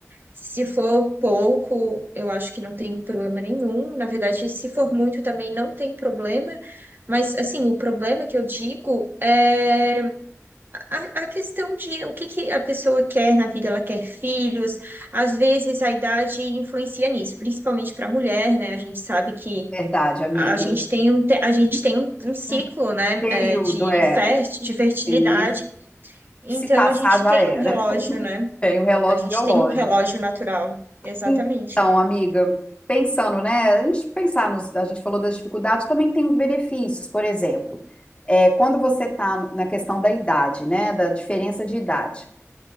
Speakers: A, on the right; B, on the left.
A: Se for pouco, eu acho que não tem problema nenhum. Na verdade, se for muito também não tem problema. Mas, assim, o problema que eu digo é a, a questão de o que que a pessoa quer na vida. Ela quer filhos. Às vezes, a idade influencia nisso, principalmente para a mulher, né? A gente sabe que
B: Verdade, amiga.
A: a gente tem um, te- a gente tem um, um ciclo,
B: Um
A: né,
B: período
A: é, de,
B: é,
A: fer, de fertilidade.
B: sim,
A: Então,
B: que se passar
A: a gente
B: já
A: tem
B: era.
A: um relógio, né?
B: Tem o relógio
A: A gente
B: biológico.
A: tem um relógio natural. Exatamente.
B: Então, amiga, pensando, né? A gente pensar nos, a gente falou das dificuldades, também tem os benefícios, por exemplo, é, quando você está na questão da idade, né? Da diferença de idade.